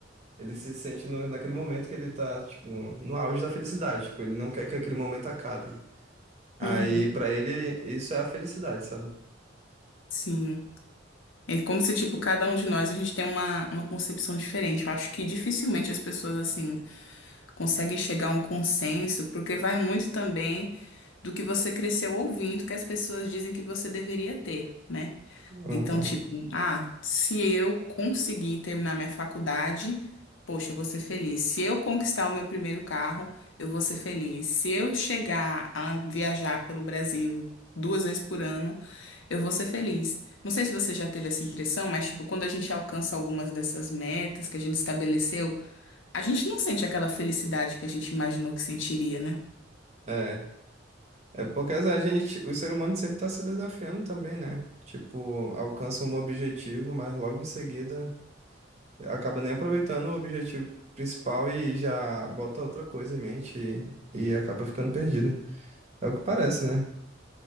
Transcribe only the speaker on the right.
ele se sente no, naquele momento que ele tá, tipo, no auge da felicidade. Tipo, ele não quer que aquele momento acabe. Aí,
pra ele, isso é a felicidade, sabe?
Uhum.
É. É porque a gente, o ser humano sempre tá se desafiando também, né? Tipo, alcança um objetivo, mas logo em seguida acaba nem aproveitando o objetivo principal e já bota outra coisa em mente e, e acaba ficando perdido. É o que parece, né?